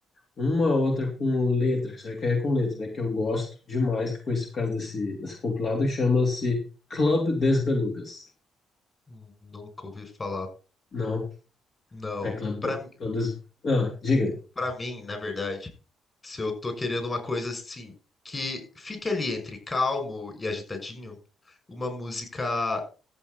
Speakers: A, on the left; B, on the left.
A: Uma outra com letra, já que é com letra, né? Que eu gosto demais, que eu conheci por causa desse, desse compilado, que chama-se Club des Belugas.
B: Hum, Nunca ouvi falar.
A: Não,
B: Não,
A: é Club,
B: pra
A: de, Club des... Ah, diga.
B: para mim, na verdade, se eu tô querendo uma coisa assim que fique ali entre calmo e agitadinho, uma música